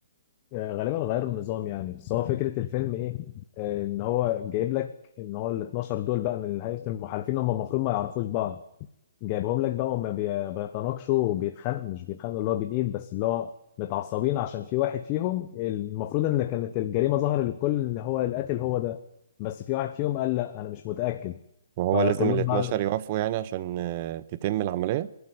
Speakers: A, on the left; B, on the right.
A: آه، غالبا غيروا النظام يعني بس هو فكرة الفيلم ايه آه، ان هو جايب لك ان هو ال 12 دول بقى من هيئة المحالفين هم المفروض ما يعرفوش بعض جايبهم لك بقى وما بي- بيتناقشوا وبيتخانقوا مش بيتخانقوا اللي هو بالايد بس اللي هو متعصبين عشان في واحد فيهم المفروض ان كانت الجريمة ظاهرة للكل ان هو القاتل هو ده بس في واحد فيهم قال لا انا مش متأكد
B: وهو
A: فكلهم
B: لازم ال 12
A: بقى
B: يوافقوا يعني عشان آه، تتم العملية